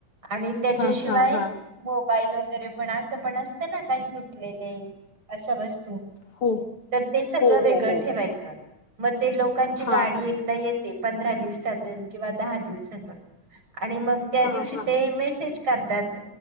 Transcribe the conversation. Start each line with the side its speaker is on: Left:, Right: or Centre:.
Right: आणि त्याच्याशिवाय
Left: हा हा हा हा
Right: फाईल वगैरे पण असं पण असतं ना काही तुटलेले असं बस तो
Left: हो
Right: ते सगळं
Left: हो
Right: वेगळं
Left: हो हो
Right: ठेवायचं मग ते लोकांची
Left: हा
Right: गाडी एकदा येते पंधरा दिवसातून किंवा दहा दिवसातून आणि मग त्या
Left: हा
Right: दिवशी
Left: हा
Right: ते मेसेज करतात